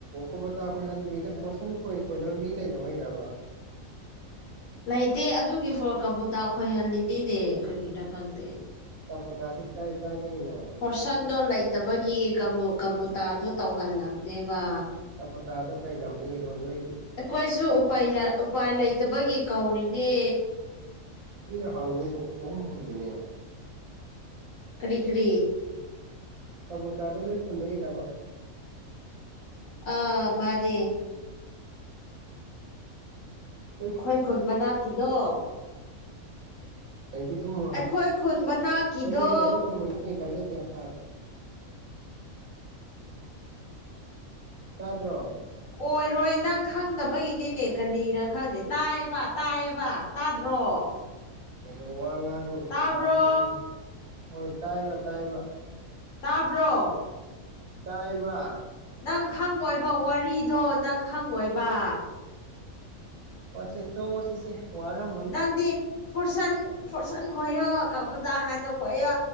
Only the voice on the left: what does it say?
ꯂꯩꯇꯦ ꯑꯗꯨꯒꯤ ꯐ ꯀꯣꯕꯨꯇꯥ ꯈꯣꯏꯍꯜꯂꯤꯅꯤꯅꯦ ꯀꯒꯤꯅꯣ ꯈꯪꯗꯦ
ꯍꯣꯔꯁꯟꯗꯣ ꯂꯩꯇꯕꯒꯤ ꯀꯣꯒꯣꯇꯥꯗꯣ ꯇꯧꯍꯜꯂꯝꯕꯅꯦꯕ
ꯑꯩꯈꯣꯏꯁꯨ ꯎ ꯎꯄꯥꯏ ꯂꯩꯇꯕꯒꯤ ꯀꯧꯔꯤꯅꯦ
ꯀꯔꯤ ꯀꯔꯤ
ꯑꯥ ꯃꯥꯅꯦ
ꯑꯈꯣꯏ ꯈꯨꯟ ꯃꯅꯥꯛꯀꯤꯗꯣ
ꯑꯩꯈꯣꯏ ꯈꯨꯟ ꯃꯅꯥꯛꯀꯤꯗꯣ
ꯑꯣꯏꯔꯣꯏ ꯅꯪ ꯈꯪꯗꯕꯒꯤꯅꯤꯅꯦ ꯀꯔꯤꯔ ꯈꯪꯗꯦ ꯇꯥꯏꯌꯦꯕ ꯇꯥꯏꯌꯦꯕ ꯇꯥꯗ꯭ꯔꯣ
ꯇꯥꯕ꯭ꯔꯣ
ꯇꯥꯕ꯭ꯔꯣ
ꯅꯪ ꯈꯪꯉꯣꯏꯕ ꯋꯥꯔꯤꯗꯣ ꯅꯪ ꯈꯪꯉꯣꯏꯕ
ꯅꯪꯗꯤ ꯐꯨꯔꯁꯟ ꯐꯣꯔꯁꯟ ꯈꯣꯌꯣ ꯀꯣꯕꯨꯇꯥ ꯍꯥꯟꯅ ꯈꯣꯌꯣ